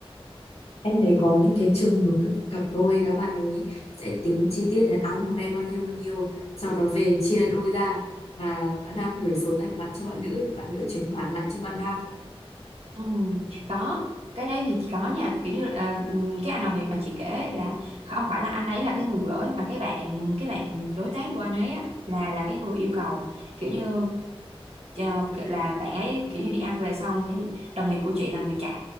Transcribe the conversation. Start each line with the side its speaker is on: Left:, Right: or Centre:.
Left: Em thấy có những cái trường hợp các cặp đôi các bạn ấy sẽ tính chi tiết là ăn hôm nay bao nhiêu bao nhiêu sau đó về chia đôi ra và bạn nam gửi số tài khoản cho bạn nữ để bạn nữ chuyển khoản lại cho bạn nam.
Right: Ừ, có cái đấy thì có nha kiểu như ờ, cái anh đồng nghiệp mà chị kể là không phải là anh ấy là cái người gửi mà cái bạn cái bạn đối tác của anh ấy á, là là cái người yêu cầu kiểu như ờ, kiểu là bạn ấy kiểu như đi ăn về xong thì đồng nghiệp của chị là người trả